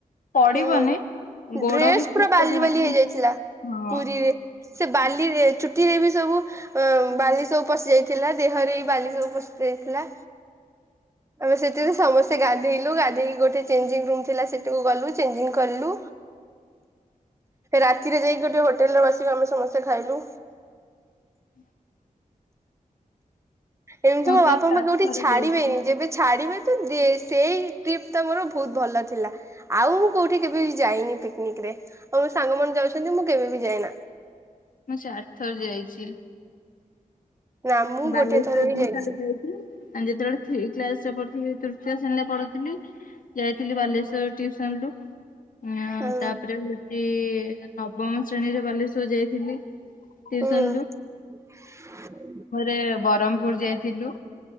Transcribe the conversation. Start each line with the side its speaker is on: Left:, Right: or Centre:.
Left: ପଡିବନି
Right: ହୁଁ
Left: ଗୋଡ
Right: ଡ୍ରେସ୍
Left: ବି ସ୍ଲିପ
Right: ପୁରା ବାଲି
Left: କରିବନି
Right: ବାଲି ହେଇଯାଇଥିଲା
Left: ହଁ
Right: ପୁରୀରେ ସେ ବାଲିରେ ଚୁ ଟି ଏଇ ବି ସବୁ ଅ ବାଲି ସବୁ ପଶି ଯାଇଥିଲା ଦେହରେ ବି ବାଲି ସବୁ ପଶି ଯାଇଥିଲା। ଆମେ ସେଥିରେ ସମସ୍ତେ ଗାଧେଇଲୁ ଗାଧେଇକି ଗୋଟେ ଚେଞ୍ଜିଙ୍ଗ ରୁମ୍ ଥିଲା ସେଠିକୁ ଗଲୁ‌। ‍‌‍‌ ଚେଞ୍ଜିଙ୍ଗ କଲୁ। ରାତିରେ ଯାଇକି ଗୋଟେ ହଟେଲରେ ବସିକି ଆମେ ସମସ୍ତେ ଖାଇନୁ।
Left: ହ
Right: ଏମତି ମୋ ବାପା
Left: ତ ଚାରିଥର
Right: ମତେ କୋଉଠି ଛାଡିବେନି
Left: ଯାଇଛି
Right: ଯେବେ ଛାଡିବେ ତୁ ଦେ ସେଇ ଟ୍ରିପ ତ ମୋର ଭୋଉତ ଭଲ ଥିଲା ଆଉ ମୁଁ କୋଉଠି କେବେ ବି ଯାଇନି ପିକନିକରେ ଆଉ ମୋ ସାଙ୍ଗମାନେ ଯାଉଛନ୍ତି ମୁଁ କେବେ ବି ଯାଇନା।
Left: ମୁଁ ଚାର ଥର ଯାଇଚି।
Right: ନା ମୁଁ
Left: ବାଲେଶ୍ଵର
Right: ଗୋଟେ ହିଁ
Left: ଦି
Right: ଯାଇଛି।
Left: ଥର ଯାଇଚି ଆଉ ଯେତୋଳେ ଥି କ୍ଲାସରେ ପଢ଼ୁଥିଲି ତୃତୀୟ ଶ୍ରେଣୀରେ ପଢୁଥିଲି ଯାଇଥିଲି ବାଲେଶ୍ଵର ଟିଉସନରୁ। ଉଁଅ
Right: ହୁଁ
Left: ତାପରେ ଏ ନବମ ଶ୍ରେଣୀରେ ବାଲେଶ୍ଵର ଯାଇଥିଲି।
Right: ଉଁ।
Left: ଟିଉସନ ଏ ବରମପୁର ଯାଇଥିଲୁ।